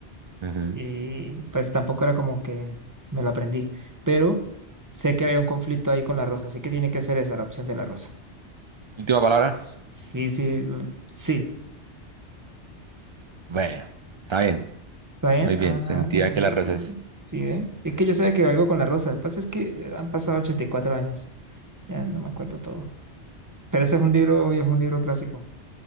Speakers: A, on the right (about 45°); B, on the right (about 15°).
A: Ujú.
B: y pues tampoco era como que me lo aprendí, pero sé que había un conflicto ahí con la rosa, así que tiene que ser esa la opción de la rosa.
A: Última palabra.
B: Sí, sí, mm, sí.
A: Bueno, está bien,
B: ¿Está bien?
A: muy bien.
B: Ah,
A: Sentía
B: así
A: que
B: es,
A: la rosa
B: sí,
A: es
B: sí, ¿eh? Es que yo sé que había algo con la rosa. Lo que pasa es que eh, han pasado 84 años. Ya no me acuerdo todo. Pero ese es un libro, y es un libro clásico.